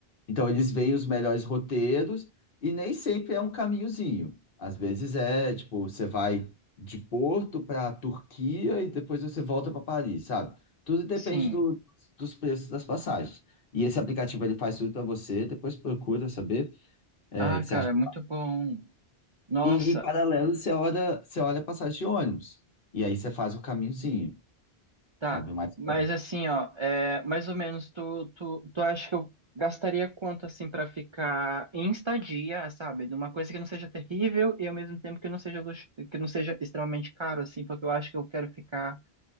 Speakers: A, on the left (about 60°); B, on the right (about 50°).
A: Então eles veem os melhores roteiros e nem sempre é um caminhozinho. Às vezes é, tipo, você vai de Porto para Turquia e depois você volta para Paris, sabe? Tudo depende
B: sim.
A: do- dos preços das passagens. E esse aplicativo ele faz tudo para você, depois procura saber é,
B: Ah,
A: o que
B: cara,
A: você acha.
B: muito bom. Nossa,
A: E em paralelo, você olha, você olha a passagem de ônibus. E aí você faz o caminhozinho,
B: Tá,
A: sabe? O mais
B: mas
A: perto.
B: assim, ó, é, mais ou menos tu, tu, tu acha que eu gastaria quanto assim pra ficar em estadia, sabe? De uma coisa que não seja terrível e ao mesmo tempo que não seja lux- que não seja extremamente caro assim, porque eu acho que eu quero ficar